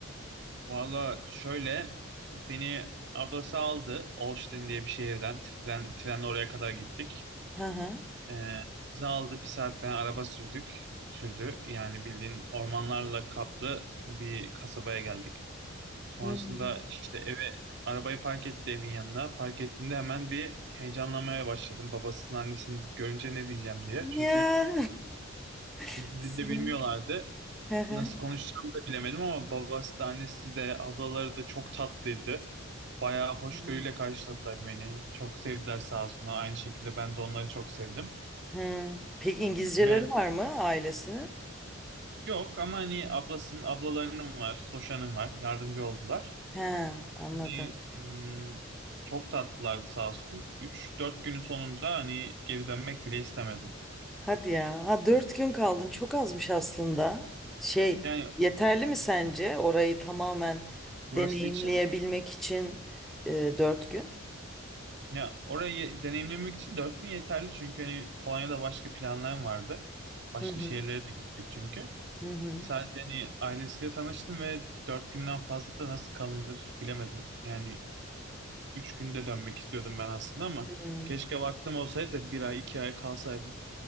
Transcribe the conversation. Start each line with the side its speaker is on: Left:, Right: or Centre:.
Right: Valla şöyle beni ablası aldı Olsztyn diye bir şehirden tren trenle oraya kadar gittik.
Centre: Hı hı.
Right: Ee, bizi aldı bir saat falan araba sürdük sürdü yani bildiğin ormanlarla kaplı bir kasabaya geldik. Sonrasında
Centre: Hmm.
Right: işte eve arabayı park etti evin yanına park ettiğinde hemen bir heyecanlanmaya başladım babasının annesini görünce ne diyeceğim diye çünkü
Centre: Ya. <laughs>
Right: dili
Centre: Süper.
Right: de bilmiyorlardı.
Centre: Hı hı.
Right: Nasıl konuşacağımı da bilemedim ama babası da annesi de ablaları da çok tatlıydı. Bayağı hoşgörüyle
Centre: Hmm.
Right: karşıladılar beni. Çok sevdiler sağ olsunlar. Aynı şekilde ben de onları çok sevdim.
Centre: He. Peki İngilizceleri
Right: Yani
Centre: var mı ailesini?
Right: yok ama hani ablasının ablalarının var, Soşan'ın var. Yardımcı oldular.
Centre: He, anladım.
Right: Hani, hmm, çok tatlılardı sağ olsun. 3-4 günün sonunda hani geri dönmek bile istemedim.
Centre: Hadi ya. Ha, dört gün kaldın. Çok azmış aslında. Şey,
Right: Yani
Centre: yeterli mi sence orayı tamamen deneyimleyebilmek
Right: burası için
Centre: için e, dört gün?
Right: ya orayı deneyimlemek için 4 gün yeterli çünkü hani Polonya'da başka planlarım vardı. Başka
Centre: Hı hı.
Right: şehirlere de gittik çünkü.
Centre: Hı hı.
Right: Sadece hani ailesiyle tanıştım ve dört günden fazla da nasıl kalınır bilemedim. Yani üç günde dönmek istiyordum ben aslında ama
Centre: hı.
Right: keşke vaktim olsaydı da bir ay iki ay kalsaydım.